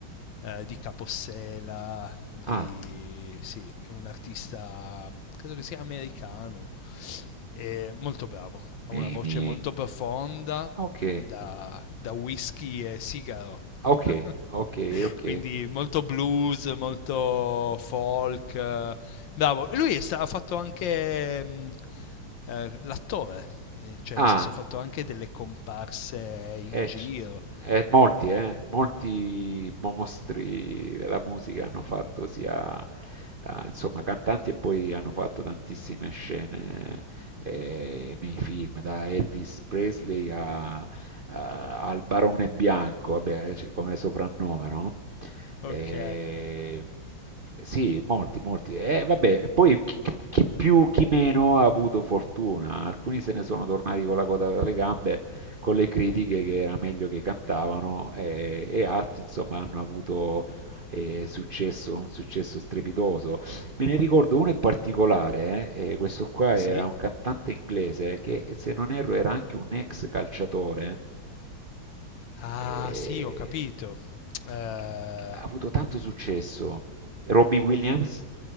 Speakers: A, on the left (about 70°); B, on the right (about 55°).
A: eh, di Capossela, di...
B: Ah,
A: sì, è un artista, credo che sia americano, è molto bravo, ha
B: mi,
A: una voce
B: mi...
A: molto profonda
B: Ok,
A: da, da whisky e sigaro.
B: ok,
A: <laughs>
B: ok, ok.
A: Quindi molto blues, molto folk. eh, Bravo. E Lui è sta- ha fatto anche mm, eh, l'attore, eh, cioè
B: Ah,
A: nel senso ha fatto anche delle comparse in
B: E
A: giro.
B: c- e molti, eh, molti mostri della musica hanno fatto sia, eh, insomma, cantanti e poi hanno fatto tantissime scene eh, nei film, da Elvis Presley a- a- al Barone Bianco, vabbè, cioè, come soprannome, no? E-
A: Ok,
B: sì, molti, molti. E vabbè, poi chi, chi più, chi meno ha avuto fortuna. Alcuni se ne sono tornati con la coda dalle gambe con le critiche che era meglio che cantavano e, e altri, insomma, hanno avuto eh, successo, un successo strepitoso. Me ne ricordo uno in particolare, eh, eh, questo qua
A: sì?
B: era un cantante inglese che, se non erro, era anche un ex calciatore.
A: Ah,
B: eh,
A: sì, ho capito. Eh,
B: che che ha avuto tanto successo. Robbie Williams?